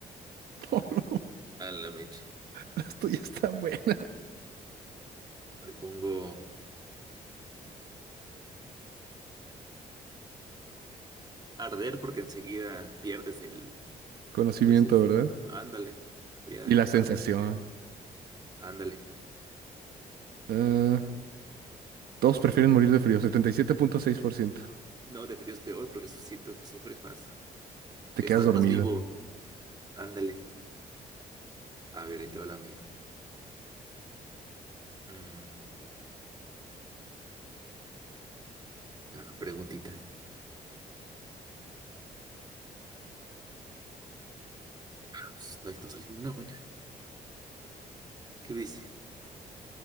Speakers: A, on the right; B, on the right.
A: <laughs> No,
B: A la mecha.
A: las tuyas están buenas.
B: Le pongo arder porque enseguida pierdes el...
A: Conocimiento,
B: las- es-
A: ¿verdad?
B: Ándale, voy a
A: Y
B: perder.
A: la sensación.
B: Ándale.
A: Ah, todos prefieren morir de frío, Setenta y siete punto seis por ciento.
B: No, de frío es peor porque su- siento que sufres más.
A: Te
B: Estás
A: quedas dormido.
B: más vivo. Ándale. A ver, ahí te va la mía. Mm, ah, preguntitas. Pues, No, no salió una buena. ¿Qué dice?